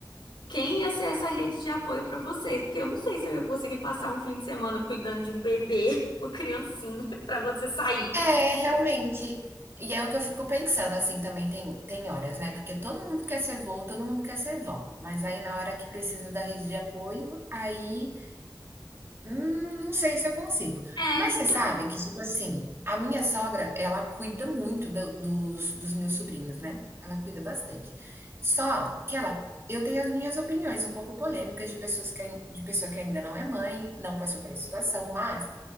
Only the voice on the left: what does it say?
quem ia ser essa rede de apoio pra vocês? Porque eu não sei se eu ia conseguir passar um fim de semana cuidando de um bebê, <laughs> uma criancinha, <laughs> pra você sair.
É,
justamente.